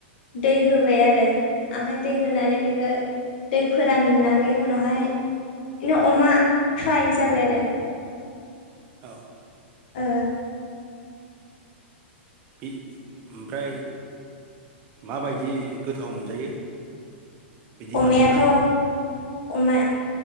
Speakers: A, on the left; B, on the right.
A: दै होबाय आरो ओमफफ्राय दै होनानै बेखौ दै फोराननानै उनावहाय बिनो अमा फ्राय जाबाय आरो
B: औ
A: ओ
B: बे ओमफ्राय माबायदि गोथाव मोनजायो बिदि
A: ओ अमायाथ'
B: बानायब्ला
A: अमा